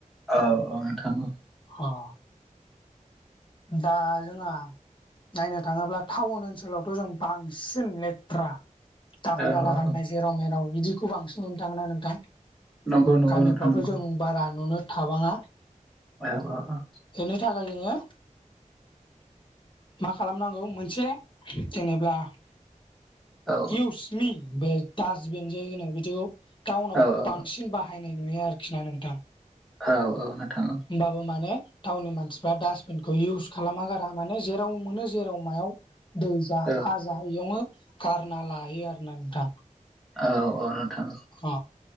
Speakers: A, in the centre; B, on the left (about 35°).
A: औ औ नोंथां औ
B: औ दा जोंहा नायनो थाङोब्ला टाउन ओनसोलावथ' जों बांसिन लेथ्रा दाखोर
A: औ
B: दाला
A: औ
B: गाननाय जेराव मेराव बिदिखौ बांसिन नुनो थाङोना नोंथां
A: नंगौ नंगौ
B: गामिफ्रावथ'
A: नोंथां नंगौ
B: जों बारा नुनो थाबाङा
A: औ औ अ
B: बेनि थाखाय जोङो मा खालामनांगौ मोनसे जेनेब्ला
A: औ
B: इउसमि बे डासटबिन जे होनो बिदिखौ टाउनाव
A: औ औ
B: बांसिन बा बाहायनाय नुयो आरोखि ना नोंथां
A: औ औ नोंथाङो औ
B: होनबाबो माने टावननि मान मानसिफ्रा डास्टबिनखौ इउस खालामा गारा माने जेराव मोनो जेराव मायाव दैजा
A: औ
B: खाजायोंनो गारना लायो आरोना नोंथां।
A: औ औ नोंथां।
B: अ